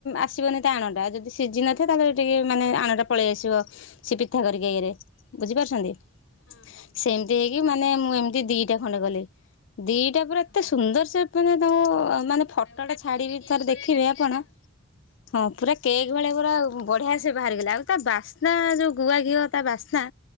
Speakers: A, on the left (about 70°); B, on the left (about 90°).
A: ଆସିବନି ଆଣଟା ଯଦି ସିଝିନଥାଏ ତାହେଲେ ଟିକେ ମାନେ ଆଣଟା ପଳେଇ ଆସିବ ସେ ପିଠାଖରିକା ଇଏରେ ବୁଝିପାରୁଛନ୍ତି।
B: ହୁଁ ହୁଁ।
A: ସେମିତି ହେଇକି ମାନେ ମୁଁ ଏମିତି ଦିଟା ଖଣ୍ଡେ କଲି। ଦିଟା
B: ଓହୋ
A: ପୁରା ଏତେ ସୁନ୍ଦର ସେ ମାନେ ତମ ମାନେ ଫଟୋଟା
B: ତାକୁ କାଟିକି
A: ଛାଡିବି
B: କେକ୍
A: ଥରେ
B: ଭଳିଆ
A: ଦେଖିବେ
B: କାଟିଥିବ
A: ଆପଣ ହଁ ପୁରା କେକ୍ ଭଳିଆ ପୁରା ବଢ଼ିଆ ସେ ବାହାରିଗଲା ଆଉ ତା ବାସ୍ନା ଯେଉଁ ଗୁଆଘିଅ ତା ବାସ୍ନା